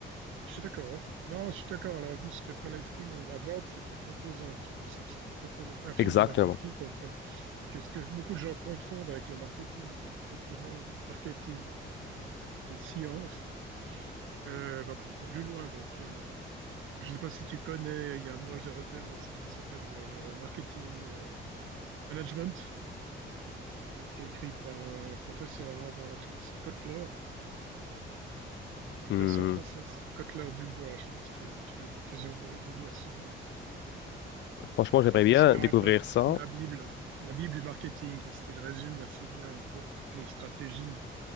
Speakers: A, on the right (about 85°); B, on the left (about 65°).
A: Je suis d'accord, ouais. Non, je suis d'accord. Alors, je me suis peut-être mal exprimé. La vente, c'est une composante, c'est c'est une composante infime
B: Exactement.
A: du marketing qu'on- qu'on- que, que beaucoup de gens confondent avec le marketing. Mais effectivement, le marketing en tant que, on peut appeler science, euh, va beaucoup plus loin. Donc, euh, je ne sais pas si tu connais, il y a un ouvrage de référence qui s'appelle le, le Marketing euh, Management, qui a été écrit par un professeur à Harvard, je crois que c'est Kotler,
B: Hmm.
A: version française, c'est Cotler Dubois. Je ne sais pas si tu as, tu as eu l'occasion de, de lire ce livre.
B: Franchement, j'aimerais
A: On le considère
B: bien découvrir
A: un peu
B: ça.
A: comme la Bible, la Bible du marketing, parce qu'elle résume assez bien en fait toutes les stratégies.